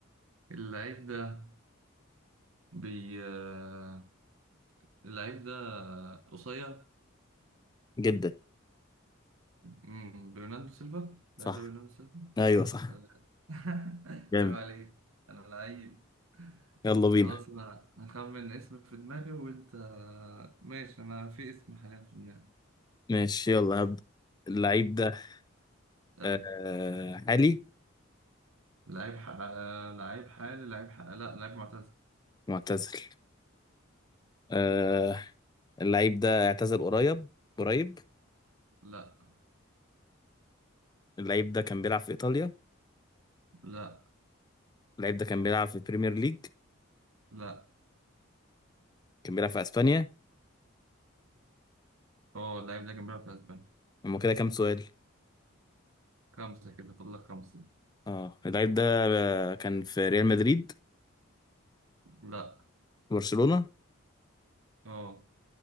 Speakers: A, on the right; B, on the left.
A: اللعيب ده بي آه، اللعيب ده قصير
B: جدا
A: امم برناردو سيلفا
B: صح
A: اللاعب ده برناردو سيلفا
B: ايوه صح
A: بس أنا- <laughs>
B: جامد
A: عيب عليك انا لعيب
B: يلا بينا
A: خلاص انا هخمن اسم في دماغي وانت ماشي انا في اسم حاليا في دماغي
B: ماشي يلا هبدأ اللعيب ده
A: استنى
B: آه حالي
A: لعيب ح... لعيب حالي لعيب ح... لا لعيب معتزل
B: معتزل آه اللعيب ده اعتزل قريب قريب
A: لا
B: اللعيب ده كان بيلعب في ايطاليا
A: لا
B: اللعيب ده كان بيلعب في بريمير ليج
A: لا
B: كان بيلعب في اسبانيا
A: اه اللعيب ده كان بيلعب في اسبانيا
B: هما كده كام سؤال
A: خمسة كده فاضل لك خمسة
B: اه اللعيب ده آه، كان في ريال مدريد
A: لا
B: برشلونة
A: اه